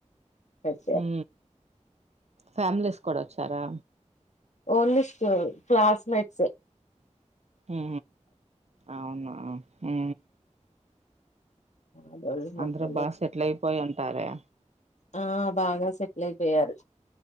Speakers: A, on the left; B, on the right.
A: పెట్టారు
B: ఊ ఫ్యామిలీస్ కూడా వచ్ టారా
A: ఓన్లీ స్కూల్ క్లాస్ మీట్స్ ఏ
B: ఉ అవును అవున హు
A: అదోళ్ళు మగోళ్ళు
B: అందరూ బాగా సెటిల్ అయిపోయింటారే
A: ఆ బాగా సెటిల్ అయిపోయారూ